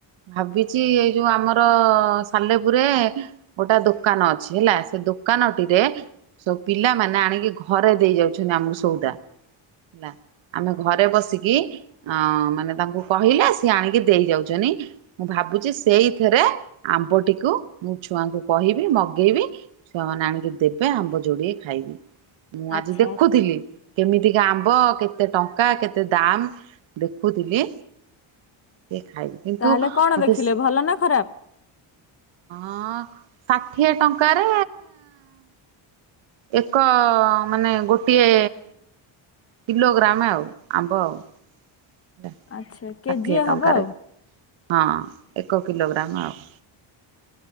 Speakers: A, on the right; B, on the left.
A: ଭାବିଛି ଏଇ ଯୋଉ ଆମର ସାଲେପୁରେ ଗୋଟେ ଦୋକାନ ଅଛି ହେଲା, ସେ ଦୋକାନଟିରେ ସବୁ ପିଲାମାନେ ଆଣିକି ଘରେ ଦେଇ ଯାଉଛନ୍ତି ଆମକୁ ସଉଦା। ହେଲା ଆମେ ଘରେ ବସିକି। ହଁ ମାନେ ତାଙ୍କୁ କହିଲେ ସିଏ ଆଣିକି ଦେଇ ଯାଉଛନ୍ତି। ମୁଁ ଭାବୁଛି ସେଇଥିରେ ଆମ୍ବଟିକୁ ମୁଁ ଛୁଆଙ୍କୁ କହିବି ମଗେଇବି। ଛୁଆମାନେ ଆଣିକି ଦେବେ ଆମ୍ବ ଯୋଡ଼ିଏ ଖାଇବି। ମୁଁ
B: ଆଚ୍ଛା
A: ଆଜି ଦେଖୁଥିଲି
B: ଆଚ୍ଛା
A: କେମିତିକା ଆମ୍ବ କେତେ ଟଙ୍କା କେତେ ଦା ଦେଖୁଥିଲି ଖାଇବି କିନ୍ତୁ
B: ତାହେଲେ
A: ମତେ
B: କଣ ଦେଖିଲେ ଭଲ ନା ଖରାପ?
A: ହଁ ଷାଠିଏ ଟଙ୍କାରେ ଏକ ମାନେ ଗୋଟିଏ କିଲୋଗ୍ରାମ ଆଉ ଆମ୍ବ ଆଉ। ହେଲା
B: ଆଛା
A: ଷାଠିଏ
B: କେଜିଏ
A: ଟଙ୍କାରେ
B: ହବ ଆଉ।
A: ହଁ ଏକ କିଲୋଗ୍ରାମ ଆଉ।